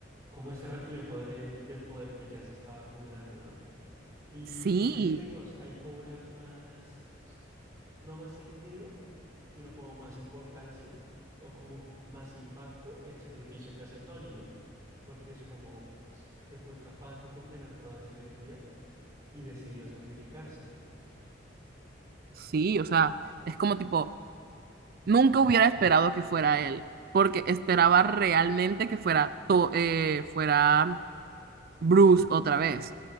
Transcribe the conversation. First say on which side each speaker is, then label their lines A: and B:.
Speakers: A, on the right (about 20°); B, on the right (about 50°).
A: como ese reflejo de- del poder que ya se estaba acumulando, ¿no? Y,
B: sí,
A: y siento que, digamos, ahí cobra más. no más sentido, sino como más importancia o como más impacto el sacrificio que hace Tony, ¿no? Porque es como que fue capaz de contener toda esa energía y decidió sacrificarse.
B: sí, o sea, es como tipo... Nunca hubiera esperado que fuera él, porque esperaba realmente que fuera, to- eh, fuera Bruce otra vez.